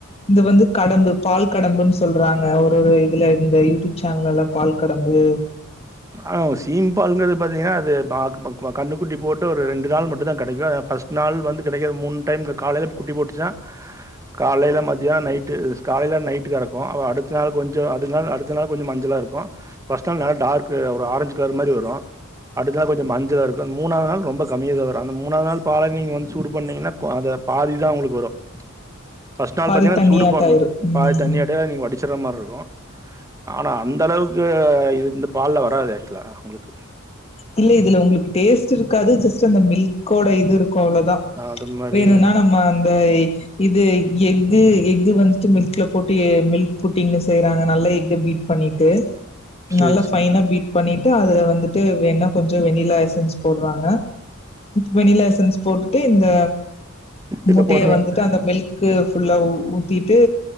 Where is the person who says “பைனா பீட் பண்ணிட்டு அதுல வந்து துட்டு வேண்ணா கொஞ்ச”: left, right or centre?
Left